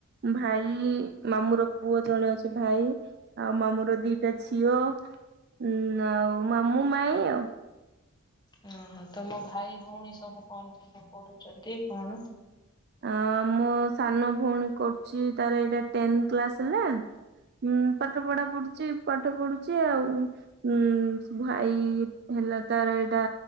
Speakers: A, on the right; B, on the left.
A: ଭାଇ ମାମୁଁ ର ପୁଅ ଜଣେ ଅଛି ଭାଇ ଆଉ ମାମୁଁ ର ଦିଟା ଝିଅ ଉ ଆଉ ମାମୁଁ ମାଇଁ ଆଉ।
B: ଓହୋ ତମ ଭାଇ ଭଉଣୀ ସବୁ କଣ ସବୁ ପଢୁଚନ୍ତି କଣ?
A: ଅ ଆମ ସାନ ଭଉଣୀ କରୁଚି ତାର ଏଇଟା ଟେନତ୍ କ୍ଲାସ ହେଲା। ହୁଁ ପାଠପଢା ପଢୁଚି ପାଠ ପଢୁଚି ଆଉ ଉ ଭାଇ ହେଲା ତାର ଏଇଟା